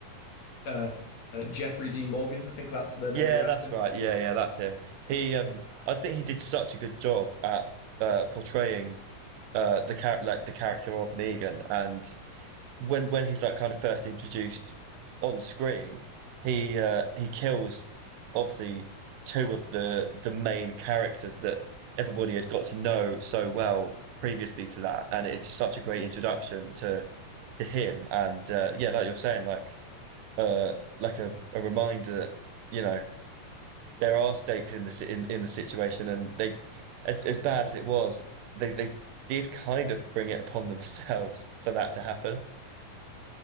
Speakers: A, on the left (about 55°); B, on the right (about 75°).
A: uh, uh, Jeffrey Dean Morgan. I think that's the name
B: Yeah,
A: of the actor.
B: that's right. Yeah, yeah, that's him. He um, I think he did such a good job at uh portraying uh the char- like the character of Negan and when when he's like kind of first introduced on screen he uh he kills obviously two of the the main characters that everybody had got to know so well previously to that and it's just such a great introduction to to him and uh yeah like you're saying like uh like a, a reminder that you know there are stakes in the si- in, in the situation, and they, as as bad as it was, they they did kind of bring it upon themselves <laughs> for that to happen.